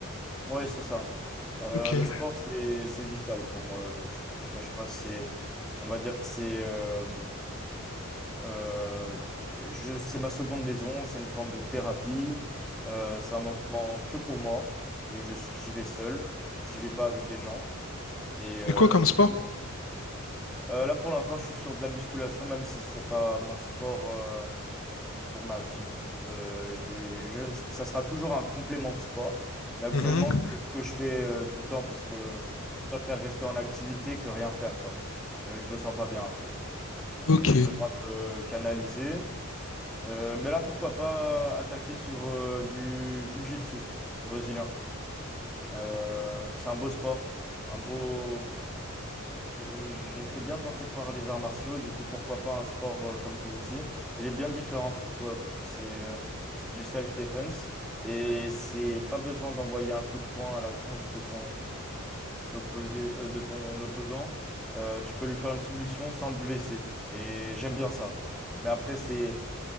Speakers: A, in the centre; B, on the left.
A: Oui, c'est ça. Euh,
B: Ok.
A: le sport, c'est, c'est vital pour moi. Je ne te cache pas, c'est, on va dire que c'est, euh, Euh, je, c'est ma seconde maison, c'est une forme de thérapie. Euh, c'est un moment que pour moi et je suis, j'y vais seul, j'y vais pas avec des gens. Et euh,
B: Et quoi comme
A: je
B: sport?
A: me... mets- Euh, là pour l'instant, je suis sur de la musculation, même si c'est pas mon sport euh, pour ma vie. Euh, je, dis- je- ça sera toujours un complément de sport, mais actuellement,
B: Mhm.
A: c'est ce que je fais euh, tout le temps parce que je préfère rester en activité que rien faire, quoi. Euh, je me sens pas bien après. Hum,
B: Ok.
A: J'ai besoin de euh, canaliser. Euh, mais là, pourquoi pas attaquer sur euh, du jiu-jitsu brésilien. Euh, c'est un beau sport, un beau. je- je- J'étais bien tenté par les arts martiaux, du coup, pourquoi pas un sport euh, comme celui-ci? Il est bien différent, pourquoi? Parce que c'est euh, c'est du self-defense et c'est pas besoin d'envoyer un coup de poing à la tronche de ton opposé, euh, de ton opposant. Euh, tu peux lui faire une soumission sans le blesser et j'aime bien ça. Mais après, c'est